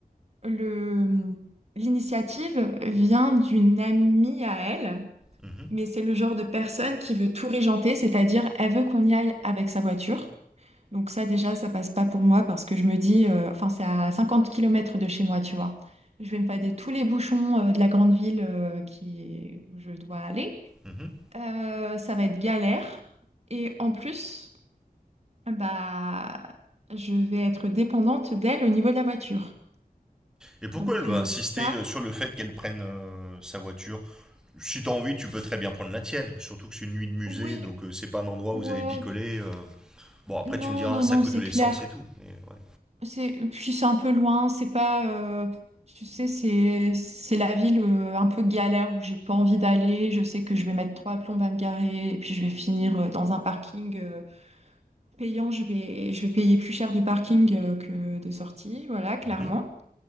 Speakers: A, on the right (about 45°); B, in the centre.
A: le, l'initiative vient d'une amie à elle,
B: Mhm.
A: mais c'est le genre de personne qui veut tout régenter, c'est-à-dire elle veut qu'on y aille avec sa voiture. Donc ça, déjà, ça passe pas pour moi parce que je me dis, euh, enfin, c'est à 50 kilomètres de chez moi, tu vois. Je vais me fader tous les bouchons, euh, de la grande ville, euh, qui, où je dois aller.
B: Mhm.
A: Euh, ça va être galère. Et en plus, bah, je vais être dépendante d'elle au niveau de la voiture.
B: Et pourquoi
A: Donc
B: elle veut
A: euh,
B: insister
A: ça,
B: euh, sur le fait qu'elle prenne euh, sa voiture? si t'as envie, tu peux très bien prendre la tienne. Surtout que c'est une nuit de musée,
A: oui,
B: donc euh, c'est pas un endroit
A: ouais,
B: où vous allez picoler. euh. Bon, après,
A: non,
B: tu me diras,
A: non,
B: ça
A: non,
B: coûte
A: c'est
B: de l'essence
A: clair.
B: et tout. Mais ouais.
A: C'est, puis c'est un peu loin, c'est pas, euh, tu sais, c'est, c'est la ville euh, un peu galère où j'ai pas envie d'aller. Je sais que je vais mettre trois plombes à me garer et puis je vais finir euh, dans un parking euh, payant. Je vais, je vais payer plus cher du parking euh, que de sortie, voilà, clairement.
B: Mhm.